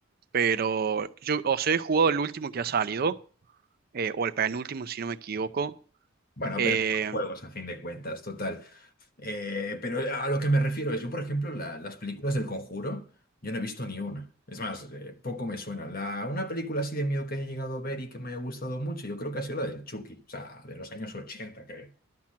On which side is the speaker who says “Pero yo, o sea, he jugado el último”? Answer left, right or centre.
Right